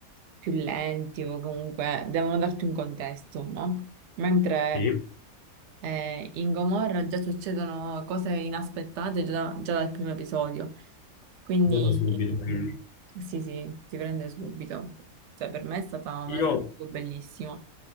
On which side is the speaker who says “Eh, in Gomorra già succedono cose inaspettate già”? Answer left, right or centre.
Right